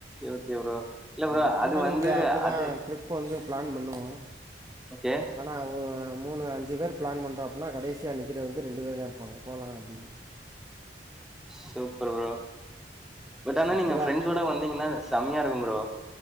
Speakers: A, in the centre; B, on the right.
A: ஓகே ப்ரோ. இல்ல ப்ரோ
B: நாங்களும்
A: அது வந்து
B: இங்கே அப்டிதான்
A: அது
B: ட்ரிப் வந்து பிளான் பண்ணுவோம்
A: ஓகே.
B: ஆனா ஒ மூணு அஞ்சு பேர் பிளான் பண்ணுறோம் அப்டின்னா கடைசியா நிக்கிறது வந்து ரெண்டு பேர் தான் இருப்பாங்க போலா அப்டின்னு
A: சோ சூப்பர் ப்ரோ பட் ஆனா
B: அப்படிதான்
A: நீங்க ஃப்ரெண்ட்ஸ் ஓட வந்தீங்கன்னா செமையா இருக்கும் ப்ரோ